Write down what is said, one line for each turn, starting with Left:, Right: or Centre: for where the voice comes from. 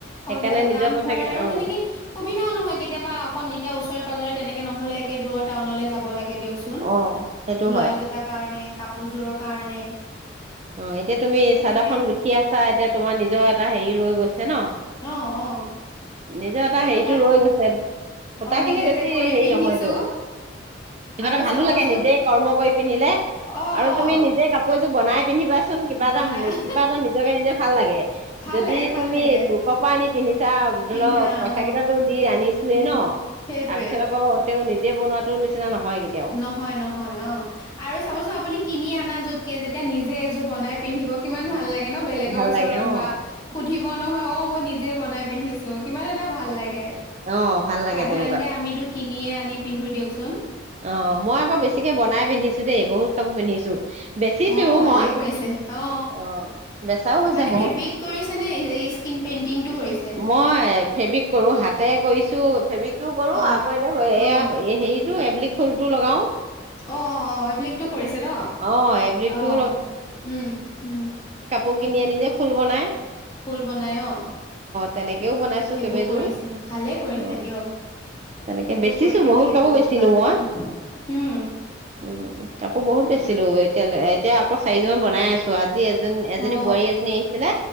Right: সেইকাৰণে
Left: অজা
Right: নিজৰ
Left: দাম
Right: পইচা
Left: ভৰে
Right: কেইটা
Left: আৰু
Right: অ
Left: মানে কি সুবিধাও নহয় কেতিয়াবা অকণ এতিয়া ওচৰে পাজৰে তেনেকে নহলে একে দূৰ টাউনলৈ যাব লাগে। দিয়কচোন,
Right: অ সেইটো
Left: বলাউজ
Right: হয়
Left: এটাৰ কাৰণে কাপোৰযোৰৰ কাৰণে।
Right: অ', এতিয়া তুমি
Left: সেইকাৰণে
Right: চাদৰ খন গুঠি আছা এতিয়া তোমাৰ নিজৰ এ টা হেৰি ৰৈ গৈছ ন, ‌
Left: অ অ
Right: নিজৰ এটা
Left: তাকে
Right: হেৰিটো
Left: সূতা
Right: ৰৈ গৈছে। সূতা
Left: অ
Right: খিনি
Left: নিজে
Right: বেছি
Left: যে কৰি
Right: হেৰি
Left: পিন্ধিছো
Right: নহয়তো, কিবা
Left: আৰু
Right: এটা ভালো
Left: চাবচোন
Right: লাগে নিজে কৰ্ম কৰি পিন্ধিলে,
Left: অ
Right: আৰু
Left: অ
Right: তুমি নিজে কাপোৰ এযোৰ বনাই পিন্ধিবা চোন কিবা
Left: বনাই
Right: এটা মোৰ কিবা এটা নিজকে নিজে ভাল লাগে।
Left: ভাল
Right: যদি
Left: লাগে ভাল
Right: তুমি
Left: লাগে
Right: লোকৰ পৰা আনি পিন্ধিছ <unintelligible>
Left: পিন্ধা
Right: পইচা
Left: অ
Right: কেইটাতটো দি আনি <unintelligible>
Left: উ
Right: ন,
Left: সেইটোৱে
Right: তাৰ পিছত আকৌ তেওঁ নিজে বনোৱাটো নিচিনা নহয় কেতিয়াও
Left: নহয় নহয় অ' আৰু চাবচোন আপুনি কিনি অনা যোতকে যেতিয়া নিজে এযোৰপ বনাই পিন্ধিব কিমান ভাল লাগে। ন বেলেগৰ
Right: ভাল
Left: ওচৰত
Right: লাগে অ
Left: বা সুধিব নহয় অ' মই নিজে বনাই পিন্ধিছো কিমান এটা ভাল লাগে।
Right: আহ ভাল লাগে
Left: সাধাৰণতে
Right: তেনেকুৱা।
Left: আমিতো কিনিয়ে আনি পিন্ধো দিয়কচোন।
Right: অ' মই আকৌ বেছিকে বনাই পিন্ধিছো দেই বহুত খাব পিন্ধিছো বেচিছো
Left: অ ভালে
Right: মই
Left: কৰিছে অ
Right: অ' বেচাও হৈছে
Left: মানে
Right: বহুত
Left: ফেব্ৰিক কৰিছে নে স্কিন পেইন্টিংটো কৰিছে
Right: মই ফেব্ৰিক কৰো হাতে কৰিছো। <inaudible> টো কৰো
Left: অ
Right: আকৌ এতিয়া এয়া
Left: অ
Right: হেৰিতটো এব্ ফুল টো লগাও।
Left: অ' অ' এপ্লিকটো কৰিছে ন
Right: অ এপ্লিকটো
Left: অ' উম উম।
Right: পাপ কিনি আনি যে ফুল বনাই
Left: ফুল বনাই অ'
Right: তেনেকেও বনাইছো
Left: সেইবোৰ
Right: কেইবেযোৰ
Left: কৰিছে ভালে কৰিছে
Right: অ
Left: দিয়ক
Right: তেনেকে
Left: এইবোৰ
Right: বেচিছো
Left: কৰি থাকিলে
Right: কাপোৰ
Left: বহুত
Right: বেচিলো
Left: ভাল
Right: মই
Left: উম। উম
Right: উম কাপোৰ বহুত বেচিলো এতিয়াল এতিয়া আকৌ চাৰি জ বনাই আছো আজি এজন এজনী
Left: অ
Right: বোৱাৰী এজনী আহিছিলে